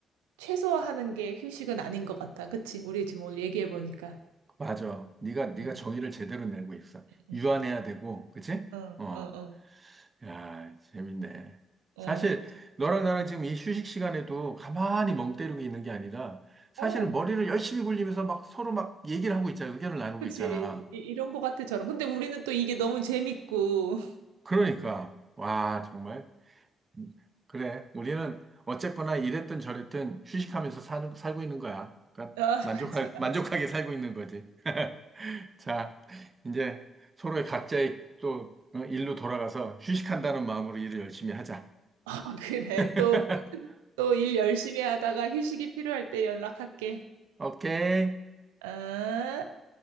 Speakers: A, on the right; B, on the right.
A: 최소화하는 게 휴식은 아닌 것 같다. 그치? 우리 지금 오늘 얘기해 보니까.
B: 맞아. 네가 네가
A: 응,
B: 정의를 제대로 내고 있어.
A: 응,
B: 유한해야 되고, 그치?
A: 응,
B: 어,
A: 어,
B: 야, 재밌네.
A: 어,
B: 사실
A: 어.
B: 너랑 나랑 지금 이 휴식 시간에도 가만히 멍 때리고 있는 게 아니라 사실은
A: 어,
B: 머리를 열심히 굴리면서 막 서로 막 얘기를 하고 있잖아. 의견을 나누고
A: 그치.
B: 있잖아.
A: 이, 이런 것 같아, 저런. 근데 우리는 또 이게 너무 재밌고.
B: 그러니까 와, 정말 음, 그래. 우리는 어쨌거나 이랬든 저랬든 휴식하면서 사는, 살고 있는 거야. 그러니까
A: <laughs> 아,
B: 만족할
A: 맞아.
B: 만족하게 살고 있는 거지. 자, 이제 서로의 각자의 또 어, 일로 돌아가서 휴식한다는 마음으로 일을 열심히 하자.
A: 아, 그래.
B: <laughs>
A: 또, 또 일 열심히 하다가 휴식이 필요할 때 연락할게.
B: 오케이.
A: 아.